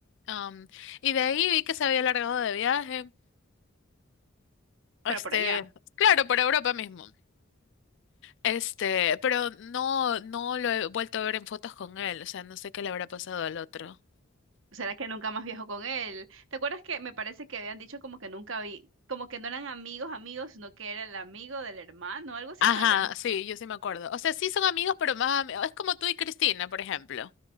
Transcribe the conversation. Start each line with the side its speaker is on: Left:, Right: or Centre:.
Left: Am, y de ahí vi que se había largado de viaje. Este,
Right: Pero por allá.
Left: claro, por Europa mismo. Este, pero no, no lo he vuelto a ver en fotos con él, o sea, no sé qué le habrá pasado al otro.
Right: ¿Será que nunca más viajo con él? ¿Te acuerdas que me parece que habían dicho como que nunca vi, como que no eran amigos, amigos, sino que era el amigo del hermano, algo así
Left: Ajá,
Right: no era?
Left: sí, yo sí me acuerdo. O sea, sí son amigos, pero más amigos. Es como tú y Cristina, por ejemplo.